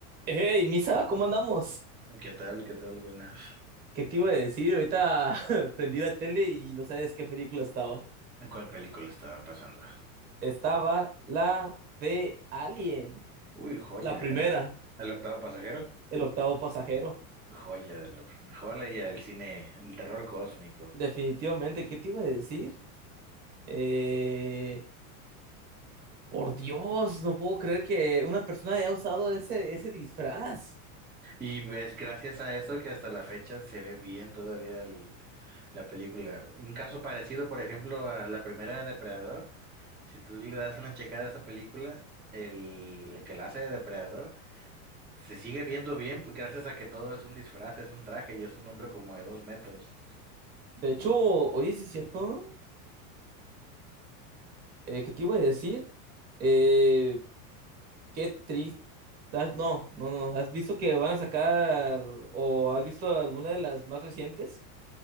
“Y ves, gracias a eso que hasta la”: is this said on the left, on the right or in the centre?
Centre